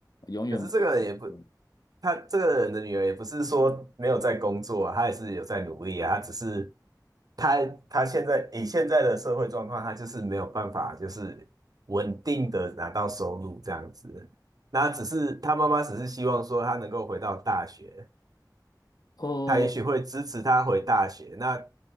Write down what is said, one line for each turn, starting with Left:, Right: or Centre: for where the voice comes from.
Left: 永远不会结婚。
Right: 可是这个也不，他这个人的女儿也不是说没有在工作啊，她也是有在努力啊，她只是她她现在以现在的社会状况，她就是没有办法就是稳定的拿到收入这样子。那只是她妈妈只是希望说她能够回到大学，
Left: 哦，
Right: 她也许会支持她回大学。那